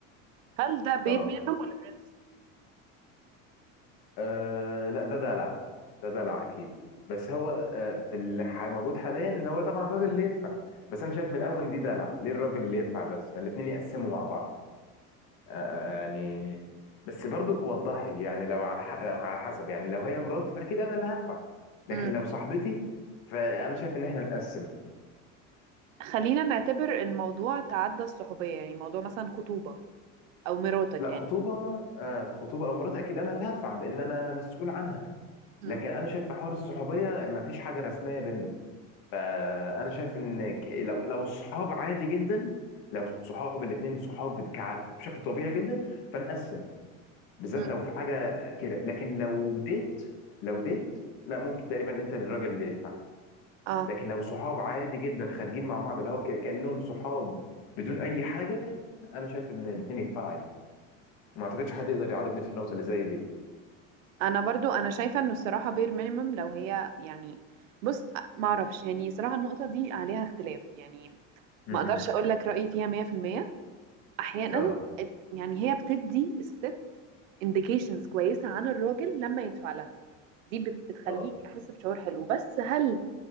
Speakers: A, on the right (about 80°); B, on the left (about 65°).
A: هل ده بير
B: اه
A: مينيمم ولا برنس
B: آه، لا ده دلع ده دلع اكيد بس هو آه، في اللي ح- موجود حاليا اللي هو طبعا الراجل اللي يدفع بس انا شايف من الاول ان دي دلع ليه الراجل اللي يدفع بس ما الاتنين يقسموا مع بعض آه، يعني بس برضو وضحي يعني لو على ح... لو على حسب يعني لو هي مراتي فاكيد انا اللي هدفع لكن
A: امم
B: لو صاحبتي فانا شايف ان احنا نقسم
A: خلينا نعتبر الموضوع تعدى الصحوبيه يعني موضوع مثلا خطوبه او مراتك
B: لا
A: يعني
B: خطوبه آه خطوبه او مراتي اكيد انا اللي هدفع لان انا مسؤول عنها
A: امم
B: لكن انا شايف في حوار الصحوبيه ما فيش حاجه رسميه بينا فانا شايف ان ك... لو لو الصحاب عادي جدا لو الصحاب الاتنين صحاب كع- بشكل طبيعي جدا فنقسم بالذات
A: امم
B: لو في حاجة كده لكن لو ديت لو ديت لا ممكن تقريبا انت للراجل اللي يدفع
A: اه
B: لكن لو صحاب عادي جدا خارجين مع بعض اللي هو ك- كأنهم صحاب بدون اي حاجة انا شايف ان الاتنين يدفعوا عادي ما اعتقدش حد يقدر يعارضني في النقطة اللي زي دي
A: انا برضو انا شايفه انه الصراحه بير مينيمم لو هي يعني بص معرفش يعني صراحه النقطه دي عليها اختلاف يعني
B: امم
A: ما اقدرش اقول لك رايي فيها 100% احيانا
B: اه
A: ات- يعني هي بتدي الست indications كويسه عن الراجل لما يدفع لها دي بت- بتخليه
B: اه
A: يحس بشعور حلو بس هل